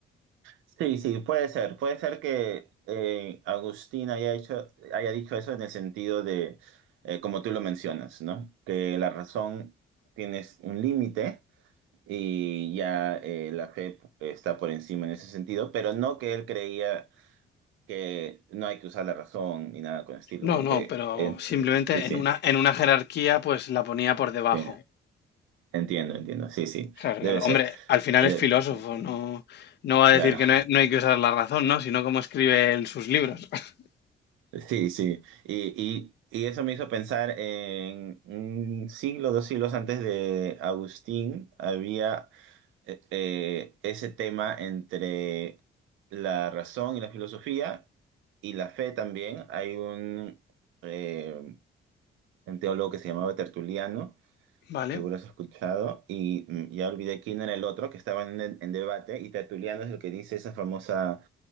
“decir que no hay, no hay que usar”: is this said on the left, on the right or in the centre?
Left